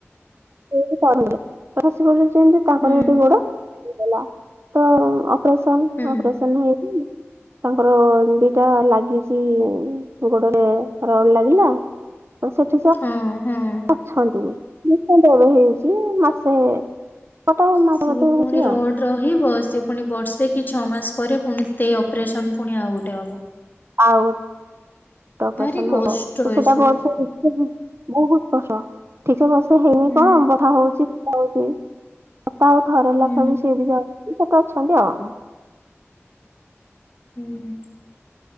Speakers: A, on the right; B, on the left.
A: <inaudible> ତାଙ୍କର
B: ହୁଁ
A: ଗୋଟେ ଗୋଡ <inaudible> ତ ଅପରେସନ
B: ହୁଁ
A: ଅପରେସନ ହେଇକି ତାଙ୍କର ଦିଟା ଲାଗିଛି ଗୋଡରେ ରଡ ଲାଗିଲା। ସେଠ
B: ହଁ ହଁ।
A: ଅଛନ୍ତୁ <unintelligible> ହେଇଯାଇଛି ମାସେ ଗୋଟେ ମାସ
B: ସିଏ
A: ବୋଧେ ହେଇଛି
B: ପୁଣି ରୋଡ଼।
A: ଆଉ
B: ରହିବ ସେ ପୁଣି ବର୍ଷେ କି ଛଅ ମାସ ପରେ ପୁଣି ସେଇ ଅପ୍ରେସନ ପୁଣି ଆଉ ଗୋଟେ ହବ।
A: ଆଉ ଗୋଟେ ଅପ୍ରେସନ
B: ଭାରି କଷ୍ଟ
A: ହବ <unintelligible>
B: ଏସବୁ
A: ବହୁତ କଷ୍ଟ ଠିକ ସେ ବର୍ଷେ ହେଇନି
B: ହୁଁ
A: କଣ <inaudible> ହଉଛି <inaudible> ବାପା ଆଉ ଘର
B: ହୁଁ
A: ଲୋକ ବି ସେଇ ବି ଯାଉଛନ୍ତି ସେତେ ଅଛନ୍ତି ଆଉ।
B: ହୁଁ।